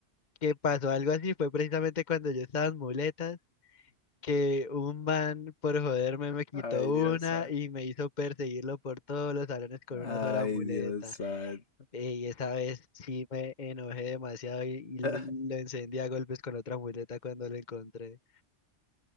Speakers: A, on the left; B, on the left.
A: que pasó algo así fue precisamente cuando yo estaba en muletas, que un man por joderme me quitó
B: Ay, Dios
A: una
B: santo.
A: y me hizo perseguirlo por todos los salones con
B: Ay,
A: una sola muleta.
B: Dios santo.
A: Eh, Y esta vez sí me enojé demasiado y, y lo,
B: <laughs>
A: lo encendí a golpes con otra muleta cuando lo encontré.